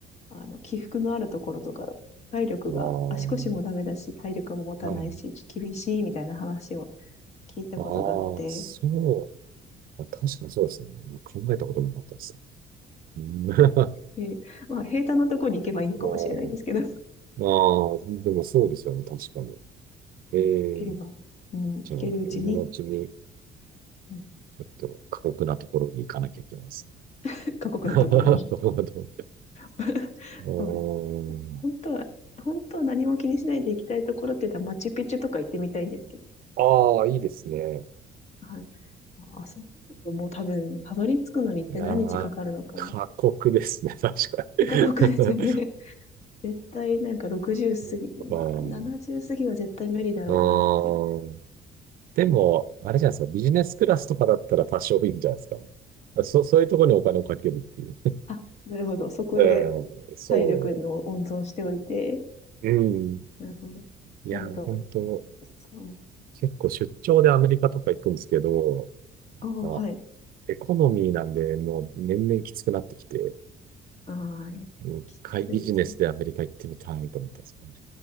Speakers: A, on the left; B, on the right.
A: あの、起伏のあるところとか、体力が、
B: あ
A: 足腰もダメだし、体力も持たないし、
B: あ、はい。
A: 厳しいみたいな話を聞いたことがあって、
B: ああ、そう確かにそうですね。考えたこともなかったです。うん <laughs> ま
A: でまあ、平坦なところに行けばいいのかもしれないんですけど、
B: あ、まあ、でもそうですよね、確かに。ええ
A: うん、できれば、うん、行けるうちに、
B: じゃあ、今のうちに、
A: うん、
B: ちょっと過酷なところに行かなきゃいけないですね。
A: <laughs> 過酷なところに
B: <laughs> なるほど。
A: <laughs>
B: うーん。
A: そうです。本当は、本当は何も気にしないで行きたいところって言ったらマチュピチュとか行ってみたいんですけど、
B: ああ、いいですね。
A: はい。ああそこもう多分、たどり着くのにって何日かかるのか、
B: いやー、過酷ですね、<laughs> 確かに。
A: え過酷ですよね。<laughs> 絶対なんか60過ぎ、
B: <laughs> そっか。
A: まあ70過ぎは絶対無理だろうなって。
B: うーん。でも、あれじゃないですか、ビジネスクラスとかだったら多少いいんじゃないですかね。そ、そういうところにお金をかけるっていう。
A: あ、なるほど。そこで
B: うん、そ
A: 体力の温存しておいて、
B: う。うん。
A: なるほど。
B: いや、
A: あなた、
B: 本当
A: そう、
B: 結構出張でアメリカとか行くんですけど、
A: ああ、
B: まあ、
A: はい。
B: エコノミーなんで、もう年々きつくなってきて、
A: ああ、いやきついですね。
B: 一回ビジネスでアメリカ行ってみたいと思ったんですよね。